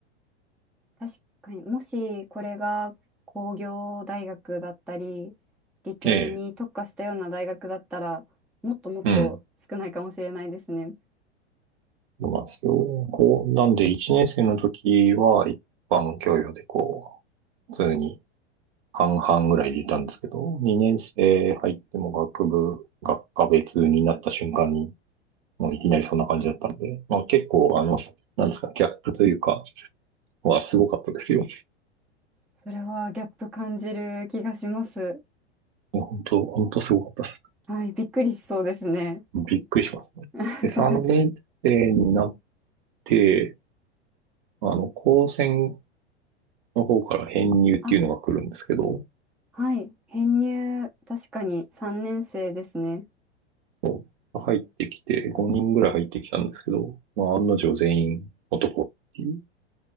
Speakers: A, in the centre; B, on the right.
A: 確かに、もしこれが工業大学だったり、理系に特化したような大学だったら、
B: ええ。
A: もっともっと少ないかもしれないですね。
B: うん。そうなんですよ。こう、なんで1年生の時は一般教養でこう、普通に半々ぐらいでいたんですけど、2年生入っても学部、学科別になった瞬間に、もういきなりそんな感じだったんで、まあ結構あの、なんですか、ギャップというか、はすごかったですよ。
A: それはギャップ感じる気がします。
B: 本当、本当すごかったです。
A: はい、びっくりしそうですね。
B: びっくりしますね。
A: <laughs>
B: で、3年生になって、あの、高専の方から編入っていうのが来るんですけど、
A: あ、はい、編入、確かに3年生ですね。
B: もう入ってきて、5人ぐらい入ってきたんですけど、まあ、案の定全員男っていう